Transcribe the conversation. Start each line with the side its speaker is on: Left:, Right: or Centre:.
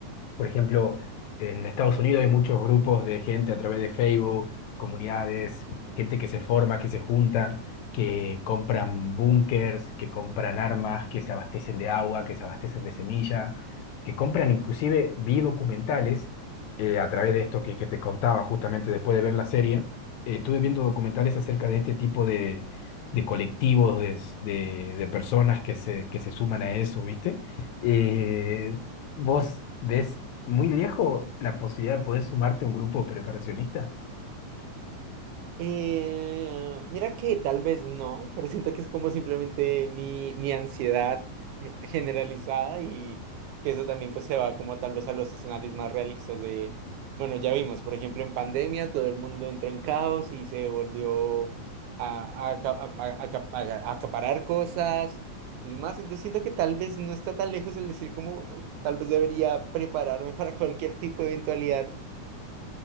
Left: Por ejemplo, en Estados Unidos hay muchos grupos de gente a través de Facebook, comunidades, gente que se forma, que se junta, que compran búnkers, que compran armas, que se abastecen de agua, que se abastecen de semilla, que compran inclusive vi documentales eh, a través de esto que, que te contaba justamente después de ver la serie. eh, estuve viendo documentales acerca de este tipo de, de colectivos, de, de- de personas que se, que se suman a eso, ¿viste? Eh, ¿Vos ves muy lejos la posibilidad de poder sumarte a un grupo preparacionista?
Right: Eh, mira que tal vez no, pero siento que es como simplemente mi, mi ansiedad eh, generalizada y que eso también pues se va como tal vez a los escenarios más realistas de, bueno, ya vimos, por ejemplo, en pandemia todo el mundo entró en caos y se volvió a, a aca- a- a- aca- a- acaparar cosas y demás, entonces siento que tal vez no está tan lejos el decir como, bueno, tal vez debería prepararme para cualquier tipo de eventualidad